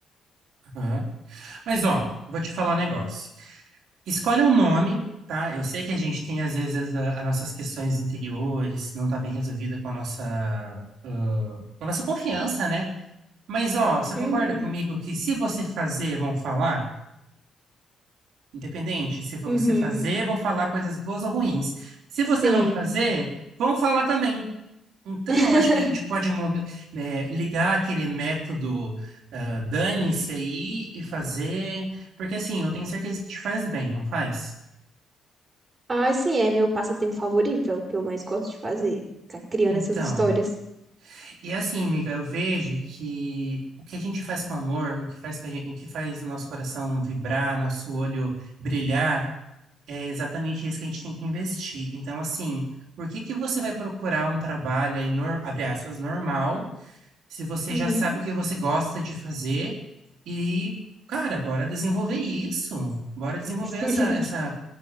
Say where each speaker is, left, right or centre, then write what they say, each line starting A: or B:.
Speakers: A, on the right; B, on the right.
A: Aham. Mas, ó, vou te falar um negócio. Escolhe um nome, tá? Eu sei que a gente tem, às vezes, a- as nossas questões interiores, não tá bem resolvida com a nossa, ah, com a nossa confiança, né? Mas, ó, você
B: Uhum,
A: concorda comigo que se você fazer, vão falar? Independente, se for
B: uhum.
A: você fazer, vão falar coisas boas ou ruins. Se você
B: Sim.
A: não fazer, vão falar também. Então,
B: <laughs>
A: eu acho que a gente pode muda- eh, ligar aquele método, ah, dane-se aí e fazer, porque assim, eu tenho certeza que te faz bem, não faz?
B: Ai, sim, é meu passatempo favorito, é o que eu mais gosto de fazer. Ficar criando
A: Então,
B: essas histórias.
A: e assim, amiga, eu vejo que o que a gente faz com amor, o que faz, com a gen- o que faz o nosso coração vibrar, nosso olho brilhar, É exatamente isso que a gente tem que investir. Então, assim, por que que você vai procurar um trabalho aí, nor- abre aspas, normal, se você
B: Uhum.
A: já sabe o que você gosta de fazer e, cara, bora desenvolver isso. Bora desenvolver
B: <laughs>
A: essa, essa,